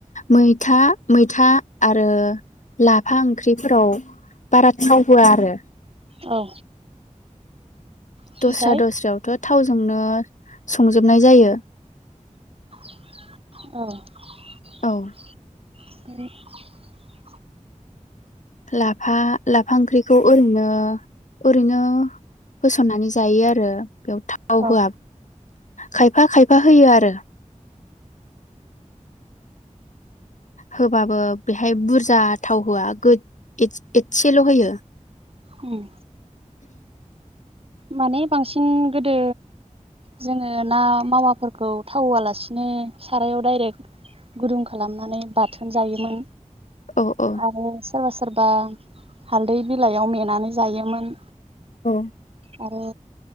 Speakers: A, on the left; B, on the right.
A: मै था मैथा आरो लाफा ओंख्रिफोराव बारा थाव होआ आरो।
B: औ ओमफ्राय
A: दस्रा दस्रायावथ' थावजोंनो संजोबनाय जायो।
B: औ
A: औ
B: <unintelligible>
A: लाफा लाफा ओंख्रिखौ ओरैनो ओरैनो होसननानै जायो आरो। बेयाव थाव
B: औ
A: होआ खायफा खायफा होयो आरो होबाबो बेहाय बुरजा थाव होआ गोज एस एसेल' होयो
B: उम माने बांसिन गोदो जोङो ना मावाफोरखौ थावालासिनो सारायाव दडाइरेक्ट गुदुं खालामनानै बाथोन जायोमोन
A: औ औ
B: आरो सोरबासो सोरबा हालदै बिलाइआव मेनानै जायोमोन
A: औ
B: आरो